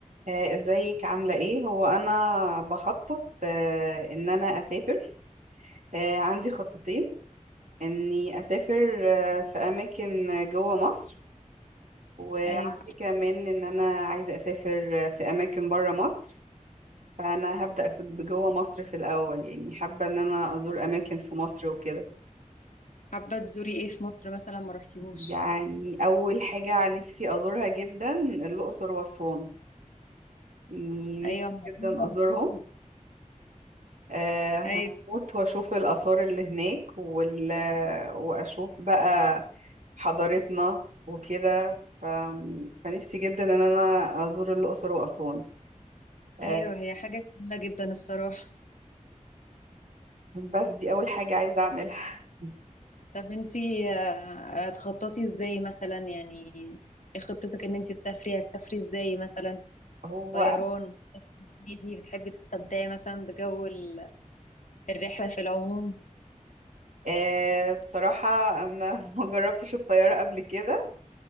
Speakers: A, on the right; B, on the left.
A: آه، ازيك عاملة ايه هو انا بخطط آه، ان انا اسافر آه، عندي خطتين اني اسافر آه، في اماكن جوه مصر وعندي
B: ايوه
A: كمان ان انا عايزة اسافر آه، في اماكن بره مصر فانا هبدأ في جوه مصر في الاول يعني حابة ان انا ازور اماكن في مصر وكده
B: حابه تزوري ايه في مصر مثلا ما رحتيهوش
A: يعني اول حاجة نفسي ازورها جدا الاقصر واسوان يعني
B: ايوه
A: نفسي
B: معقول
A: جدا
B: ما
A: ازورهم
B: رحتيش
A: آه،
B: ايوه
A: هموت واشوف الآثار اللي هناك وال... واشوف بقى حضارتنا وكده ف... فنفسي جدا ان انا ازور الأقصر وأسوان آه،
B: ايوه هي حاجه جميله جدا الصراحه
A: بس دي اول حاجة عايزة اعملها <laughs>
B: طب انتي آه، هتخططي ازاي مثلا يعني ايه خطتك ان انتي تسافري هتسافري ازاي مثلا
A: هو
B: طيران دي بتحبي تستمتعي مثلا بجو ال- الرحله في العموم
A: آه، بصراحة انا <laughs> ما جربتش الطيارة قبل كده